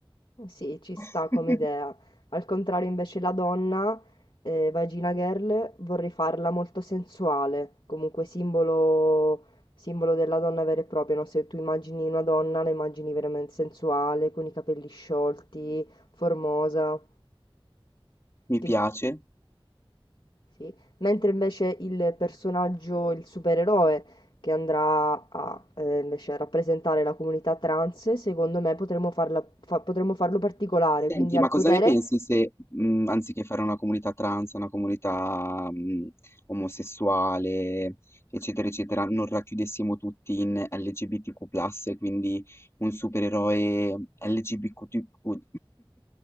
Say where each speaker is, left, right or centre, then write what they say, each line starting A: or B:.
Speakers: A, on the left (about 60°); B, on the left (about 30°).
A: Sì, ci sta
B: <laughs>
A: come idea. Al contrario, invece, la donna, eh, Vagina Girl, vorrei farla molto sensuale, comunque simbolo, simbolo della donna vera e propria, no? Se tu immagini una donna, la immagini veramente sensuale, con i capelli sciolti, formosa.
B: Mi piace.
A: che- Sì. Mentre invece il personaggio, il supereroe, che andrà a eh, invece a rappresentare la comunità trans, secondo me potremmo farla- fa- potremmo farlo particolare,
B: Senti,
A: quindi al
B: ma cosa
A: potere
B: ne pensi se, mh, anziché fare una comunità trans, una comunità, mh, omosessuale, eccetera, eccetera, non racchiudessimo tutti in LGBTQ+, e quindi un supereroe LGBTQ,